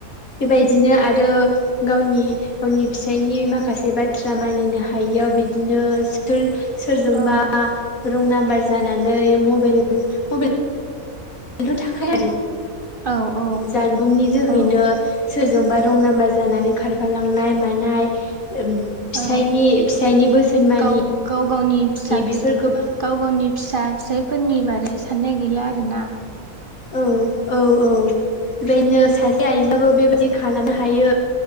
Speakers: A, on the left (about 65°); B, on the right (about 40°).
A: बेबायदिनो आरो गावनि गावनि फिसायनि माखासे बाथ्रा मानिनो हायो। बिदिनो सिथोर सोरजोंबा
B: औ
A: रं नाम्बार जानानै मबेल मबेल जथ' थाखाय
B: औ औ
A: जानबुंनि जोहैनो
B: औ
A: सोरजोंबा रं नाम्बार जानानै खारफालांनाय मानाय। फिसायनि
B: औ
A: फिसायनि बोसोन मानि
B: गाव गाव गावनि फिसा
A: बेफोर
B: फिस
A: गोबां
B: गाव गावनि फिसा फिसायफोरनि बारै साननाय गैला आरोना?
A: औ औ औ बेबायदिनो सासे आइजोाबबो बेबायदि खालामनो हायो